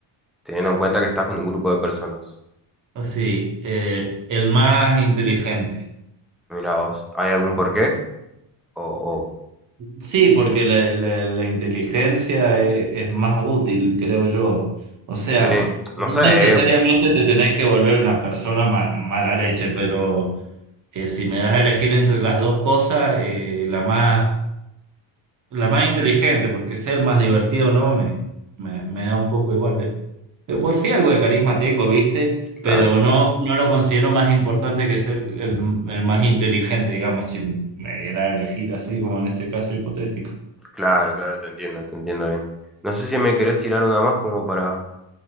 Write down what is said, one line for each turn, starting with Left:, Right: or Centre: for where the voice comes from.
Centre: teniendo en cuenta que estás con un grupo de personas.
Right: Sí, eh, el más inteligente.
Centre: Mira vos, ¿hay algún porqué? O, o-
Right: Sí, porque la, la- la inteligencia e- es, más útil, creo yo. O sea,
Centre: sí,
Right: no
Centre: no sé,
Right: necesariamente
Centre: eh,
Right: te tenés que volver una persona ma- mala leche, pero eh, si me das a elegir entre las dos cosas, eh, la más, la más inteligente, porque ser más divertido o no, me, me, me da un poco igual. De, de por sí algo de carisma tengo, ¿viste?
Centre: Claro.
Right: Pero no, no lo considero más importante que ser el, el más inteligente, digamos, si me diera a elegir así como en ese caso hipotético.
Centre: claro, claro, te entiendo, te entiendo bien. No sé si me querés tirar una más como para,